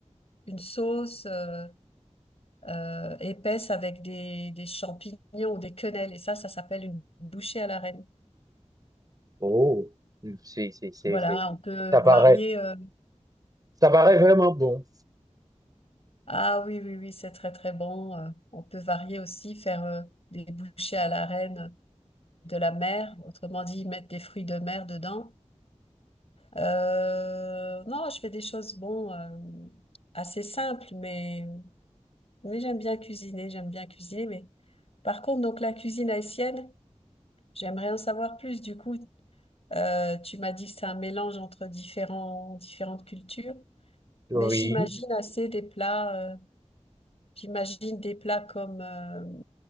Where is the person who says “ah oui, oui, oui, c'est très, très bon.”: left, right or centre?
Left